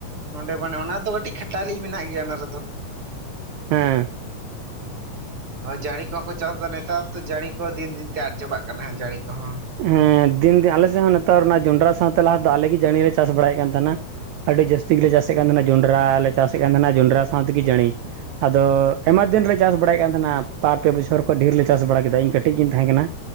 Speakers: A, on the right; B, on the right.
A: ᱱᱚᱰᱮ ᱢᱟᱱᱮ ᱚᱱᱟ ᱫᱚ ᱠᱟᱹᱴᱤᱡ ᱠᱷᱟᱴᱟᱞᱤ ᱢᱮᱱᱟᱜ ᱜᱮᱭᱟ ᱚᱱᱟ ᱨᱮᱫᱚ᱾
B: ᱦᱮᱸ᱾
A: ᱦᱚᱭ ᱡᱟᱹᱲᱤ ᱠᱚᱦᱚᱸ ᱠᱚ ᱪᱟᱥ ᱮᱫᱟ ᱱᱮᱛᱟᱨ ᱛᱚ ᱡᱟᱹᱲᱤ ᱠᱚ ᱫᱤᱱ ᱫᱤᱱ ᱛᱮ ᱟᱫ ᱪᱟᱵᱟᱜ ᱠᱟᱱᱟ ᱡᱟᱹᱲᱤ ᱠᱚᱦᱚᱸ᱾
B: ᱦᱮᱸ ᱫᱤᱱ ᱫᱤᱱ ᱟᱞᱮ ᱥᱮᱫ ᱦᱚᱸ ᱱᱮᱛᱟᱨ ᱚᱱᱟ ᱡᱚᱸᱰᱨᱟ ᱥᱟᱶᱛᱮ ᱞᱟᱦᱟ ᱫᱚ ᱟᱞᱮ ᱜᱮ ᱡᱟᱤᱲ ᱞᱮ ᱪᱟᱥ ᱵᱟᱲᱟᱭᱮᱫ ᱠᱟᱱ ᱛᱟᱦᱮᱱᱟ᱾ ᱟᱹᱰᱤ ᱡᱟᱹᱥᱛᱤ ᱜᱮᱞᱮ ᱪᱟᱥᱮᱫ ᱠᱟᱱ ᱛᱟᱦᱮᱱᱟ ᱡᱚᱸᱰᱨᱟ ᱞᱮ ᱪᱟᱥᱮᱫ ᱠᱟᱱ ᱛᱟᱦᱮᱱᱟ ᱡᱚᱸᱰᱨᱟ ᱥᱟᱶᱛᱮᱜᱮ ᱡᱟᱹᱲᱤ᱾ ᱟᱫᱚ ᱟᱭᱢᱟ ᱫᱤᱱᱞᱮ ᱪᱟᱥ ᱵᱟᱲᱟᱭᱮᱫ ᱠᱟᱱ ᱛᱟᱦᱮᱱᱟ ᱵᱟᱨ ᱯᱮ ᱵᱚᱪᱷᱚᱨ ᱠᱷᱚᱡ ᱰᱷᱮᱨ ᱞᱮ ᱪᱟᱥ ᱵᱟᱲᱟ ᱠᱮᱫᱟ, ᱤᱧ ᱠᱟᱹᱴᱤᱡ ᱜᱤᱧ ᱛᱟᱦᱮᱸ ᱠᱟᱱᱟ᱾